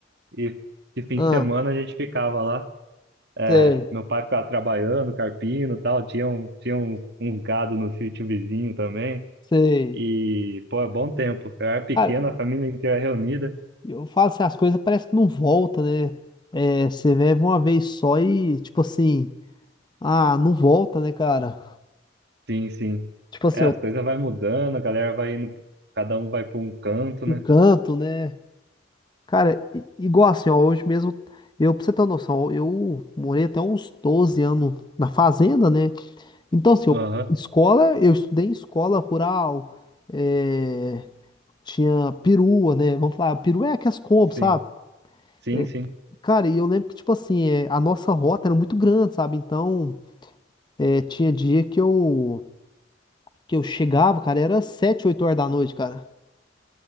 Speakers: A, on the right (about 60°); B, on the left (about 25°).
A: E de fim
B: ah,
A: de semana a gente ficava lá. É,
B: sei,
A: meu pai ficava trabalhando, carpino e tal, tinha, um, tinha uns, uns gado no sítio vizinho também.
B: sei,
A: E, pô, é bom tempo. Eu era pequena,
B: cara,
A: a família inteira reunida.
B: Eu falo assim, as coisas parece que não volta, né? É, você vive uma vez só e, tipo assim, ah, não volta, né, cara?
A: Sim, sim.
B: Tipo assim,
A: É, as
B: o,
A: coisas vai mudando, a galera vai indo, cada um vai para um canto,
B: o
A: né?
B: canto, né? Cara, i- igual assim, ó, hoje mesmo, eu, pra você ter uma noção, eu morei até uns 12 anos na fazenda, né? Então, assim,
A: Aham,
B: eu, escola, eu estudei em escola rural, é, tinha perua, né? Vamos falar, perua é aquelas compras,
A: sim.
B: sabe?
A: Sim,
B: É,
A: sim.
B: Cara, e eu lembro que, tipo assim, é, a nossa rota era muito grande, sabe? Então. É, tinha dia que eu, que eu chegava, cara, era 7 8 horas da noite, cara.